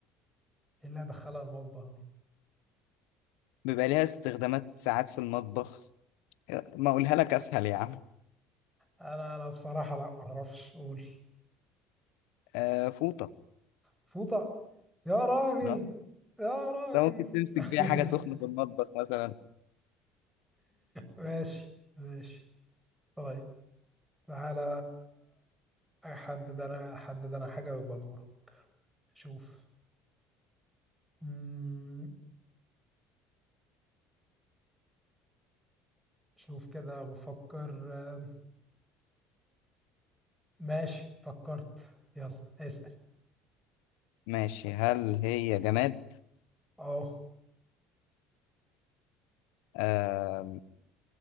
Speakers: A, in the centre; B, on the left (about 80°).
A: ايه اللي هدخلها المطبخ دي
B: بيبقى ليها استخدامات ساعات في المطبخ ما أقولها لك أسهل يا عم
A: انا انا بصراحه لا ما اعرفش اقول
B: آه فوطة
A: فوطه يا راجل
B: اه
A: يا راجل
B: ده ممكن تمسك
A: <laughs>
B: بيها حاجة سخنة في المطبخ مثلا
A: ماشي ماشي طيب تعالى حدد انا حدد انا حاجة ويبقى دورة شوف مم. شوف كده بفكر آه، ماشي فكرت يلا اسأل
B: ماشي هل هي جماد؟
A: اه
B: آه